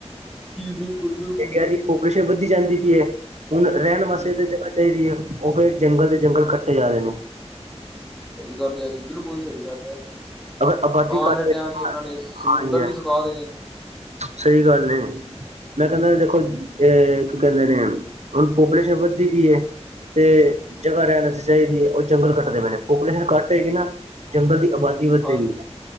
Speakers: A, in the centre; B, on the right (about 75°).
A: ਜੀ ਬਿਲਕੁਲ-ਬਿਲਕੁਲ।
B: ਇੰਡੀਆ ਦੀ ਪੋਪੂਲੇਸ਼ਨ ਵੱਧਦੀ ਜਾਂਦੀ ਪਈ ਏ ਹੁਣ ਰਹਿਣ ਵਾਸਤੇ
A: ਹੂੰ
B: ਤਾਂ ਜਗ੍ਹਾ ਚਾਹੀਦੀ ਹੈ ਉਹ ਫੇਰ ਜੰਗਲ ਦੇ ਜੰਗਲ ਕੱਟੇ ਜਾ ਰਹੇ ਨੇ।
A: ਸਹੀ ਗੱਲ ਆ ਜੀ ਬਿਲਕੁਲ ਸਹੀ ਗੱਲ ਆ,
B: ਅਗਰ ਆਬਾਦੀ
A: ਆਉਣ
B: ਘੱਟ
A: ਆਲੇ
B: ਹੋਏਗੀ
A: ਟੈਮ
B: ਨਾ
A: ਇਹਨਾਂ ਨੇ ਸਮੁੰਦਰ
B: ਹਾਂਜੀ ਹਾਂਜੀ
A: ਵੀ ਸੁਖਾ ਦੇਣੇ ਨੇ।
B: ਸਹੀ ਗੱਲ ਏ। ਮੈਂ ਕਹਿੰਦਾ ਦੇਖੋ ਅ ਕੀ ਕਹਿੰਦੇ ਨੇ, ਹੁਣ ਪੋਪੂਲੇਸ਼ਨ ਵੱਧਦੀ ਪਈ ਏ ਤੇ ਜਗ੍ਹਾ ਰਹਿਣ ਵਾਸਤੇ ਚਾਹੀਦੀ ਏ ਔਰ ਜੰਗਲ ਕੱਟਦੇ ਪਏ ਨੇ ਪੋਪੂਲੇਸ਼ਨ ਘਟ ਹੋਏਗੀ ਨਾ ਜੰਗਲ ਦੀ ਆਬਾਦੀ ਵਧੇਗੀ।
A: ਹਾਂਜੀ